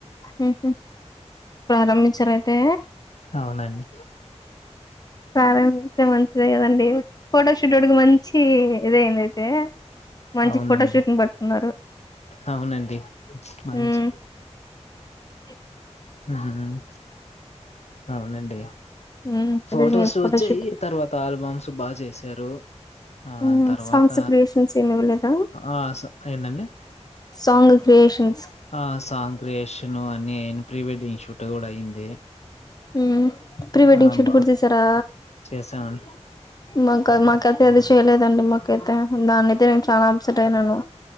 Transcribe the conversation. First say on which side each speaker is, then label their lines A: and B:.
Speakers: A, on the left; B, on the left.
A: మ్హు ప్రారంభించారయితే
B: అవునండి
A: ప్రారంభించే మంచిదే కదండి ఫోటోషూట్ అడుకి మంచి ఇదే ఏందైతే మంచి
B: అవునండి
A: ఫోటోషూట్ంగ్ పట్టుకున్నారు
B: అవునండి మంచి
A: ఉమ్ ఇ
B: హ్మ్ హ్మ్ అవునండి
A: మ్మ్ అదే
B: ఫొటోస్
A: మీ ఫోటోషూట్
B: వచ్చాయి తర్వాత ఆల్బమ్స్ బాగా చేసారు ఆ
A: మ్మ్
B: తర్వాత
A: సాంగ్స్ క్రియేషన్స్ ఏమి ఇవ్వలేదా
B: ఆ ఏందండి
A: సాంగ్ క్రియేషన్
B: ఆ సాంగ్ క్రియేషను అనిన్ ప్రీ వెడ్డింగ్ షూట్ టుూడ అయింది
A: ఉమ్ ప్రీ వెడ్డింగ్
B: ఆ
A: షూట్
B: బా
A: కుడా చేసారా
B: చేసామండి
A: మా క మాకైతే అది చేయలేదండి మాకైతే దాన్నియితే నేను చాలా అప్సెట్ అయినాను